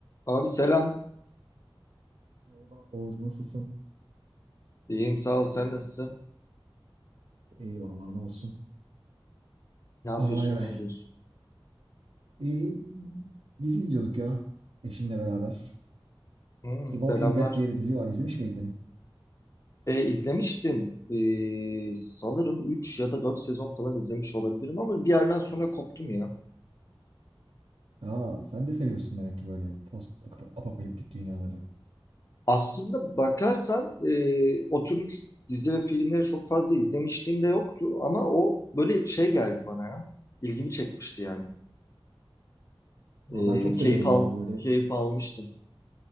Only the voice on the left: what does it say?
Abi selam.
İyiyim sağ ol. Sen nasılsın?
Ne yapıyorsun?
Ne
ediyorsun?
Hmm,
selamlar.
E, izlemiştim. E, sanırım 3 ya da 4 sezon falan izlemiş olabilirim ama bir yerden sonra koptum ya.
Aslında bakarsan e, o dizi ve filmleri çok fazla izlemişliğim de yoktu ama o böyle şey geldi bana ya. İlgimi çekmişti yani. E,
keyif
al,
keyif almıştım.